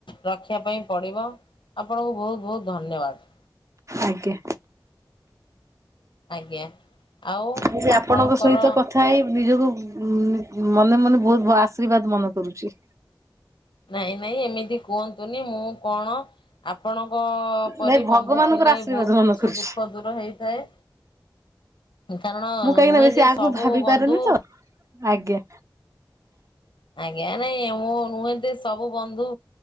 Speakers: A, on the left; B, on the right.
A: ରଖିବା ପାଇଁ ପଡିବ ଆପଣଙ୍କୁ ବହୁତ ବହୁତ ଧନ୍ୟବାଦ
B: ଆଜ୍ଞ
A: ଆଜ୍ଞା ଆଉ
B: ମୁ
A: ଆପଣଙ୍କର
B: ଆପଣଙ୍କ ସହିତ କଥା ହେଇ ନିଜକୁ ଉ ମନେ ମନେ ବହୁତ ଆଶୀର୍ବାଦ ମନେ କରୁଛି
A: ନାଇଁ ନାଇଁ ଏମିତି କୁହନ୍ତୁନି ମୁଁ କଣ ଆପଣଙ୍କ ପରି
B: ନାଇଁ ଭଗବାନଙ୍କର
A: ବନ୍ଧୁ ଥିଲେ
B: ଆଶୀର୍ବାଦ
A: ବହୁତ
B: ମନେ
A: କିଛି
B: କରୁଛି।
A: ଦୁଃଖ ଦୂର ହେଇଥାଏ କାରଣ
B: ମୁଁ କାହିଁକି
A: ନୁହେଁ
B: ନା ବେଶୀ
A: ଯେ
B: ଆଗକୁ
A: ସବୁ
B: ଭାବି
A: ବନ୍ଧୁ
B: ପାରେନି ତ ଆଜ୍ଞା
A: ଆଜ୍ଞ ନାଇ ମୁଁ ନୁହେଁ ସବୁ ବନ୍ଧୁ